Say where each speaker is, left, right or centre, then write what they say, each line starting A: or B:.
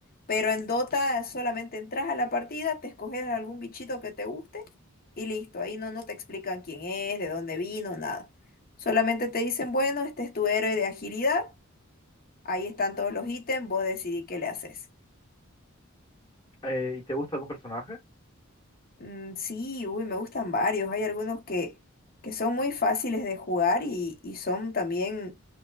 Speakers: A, on the left; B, on the left.
A: Pero en Dota solamente entras a la partida, te escoges algún bichito que te guste y listo. Ahí no, no te explican quién es, de dónde vino, nada. Solamente te dicen, bueno, este es tu héroe de agilidad. Ahí están todos los ítems, vos decidí qué le haces.
B: Eh, ¿y te gusta algún personaje?
A: Mm, sí, uy, me gustan varios. Hay algunos que, que son muy fáciles de jugar y, y son también